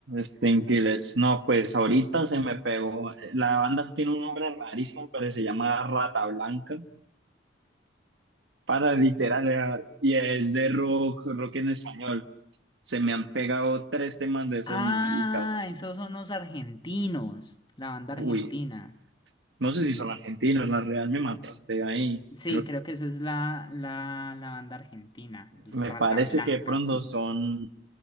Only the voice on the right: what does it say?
Sting Quiles. No, pues ahorita se me pegó. La banda tiene un nombre rarísimo, pero se llama Rata Blanca. Para literal, era- y es de rock, rock en español. Se me han pegado tres temas de esos
maricas.
Uy,
no sé si son argentinos, la real me mataste ahí.
Creo,
me
parece
que de pronto
son,